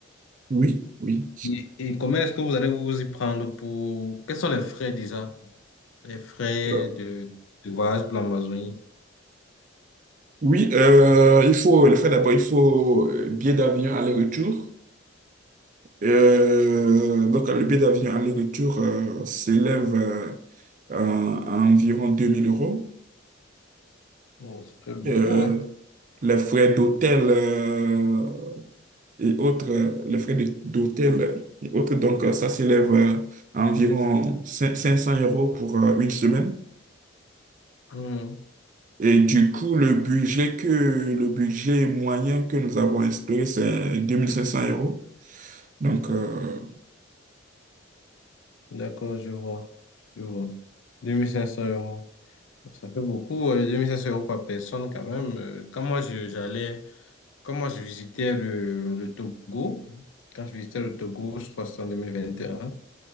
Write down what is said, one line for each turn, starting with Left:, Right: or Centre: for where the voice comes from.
Right: Oui, oui.
Left: Et, et comment est-ce que vous allez vous y prendre pour... Quels sont les frais déjà? Les frais
Right: Euh,
Left: de, de voyage pour l'Amazonie?
Right: oui, euh, il faut le faire d'abord, il faut euh, billet d'avion aller-retour. Euh, donc, le billet d'avion aller-retour euh, s'élève euh, à, à environ 2000 euros.
Left: Bon, ça fait beaucoup,
Right: Euh,
Left: hein?
Right: les frais d'hôtel euh, et autres, euh, les frais de- d'hôtel et autres, donc euh, ça s'élève euh, à environ cin- 500 euros pour euh, une semaine.
Left: Mhm.
Right: Et du coup, le budget que, le budget moyen que nous avons instauré, c'est 2500 euros. Donc, euh,
Left: D'accord, je vois. Je vois. 2500 euros. Ça fait beaucoup, euh, 2500 euros par personne quand même. Euh, Quand moi je- j'allais, quand moi je visitais le, le Togo, quand je visitais le Togo, je crois que c'était en deux mille vingt et un